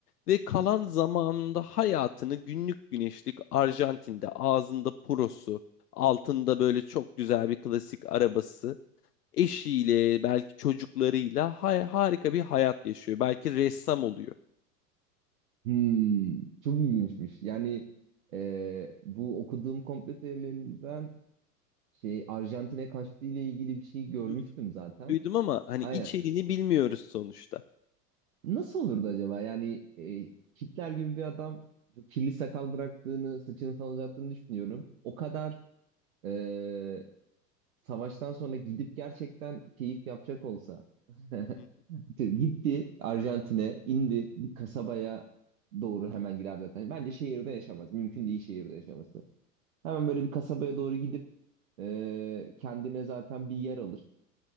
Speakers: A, on the left; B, on the right.
A: Ve kalan zamanında hayatını günlük güneşlik Arjantin'de ağzında purosu altında böyle çok güzel bir klasik arabası eşiyle belki çocuklarıyla ha- harika bir hayat yaşıyor. Belki ressam oluyor.
B: Hmm, çok ilginçmiş. Yani e, bu okuduğum komplo teorilerinden şey Arjantin'e kaçtığı ile ilgili bir şey görmüştüm
A: Duydum,
B: zaten.
A: duydum ama hani
B: Aynen.
A: içeriğini bilmiyoruz sonuçta.
B: Nasıl olurdu acaba? Yani e, Hitler gibi bir adam kirli sakal bıraktığını, saçını falan uzattığını düşünüyorum. O kadar e, savaştan sonra gidip gerçekten keyif yapacak olsa. <laughs>
A: Hı.
B: Gitti Arjantin'e, indi bir kasabaya doğru hemen girer zaten. Bence şehirde yaşamaz. Mümkün değil şehirde yaşaması. Hemen böyle bir kasabaya doğru gidip e, kendine zaten bir yer alır.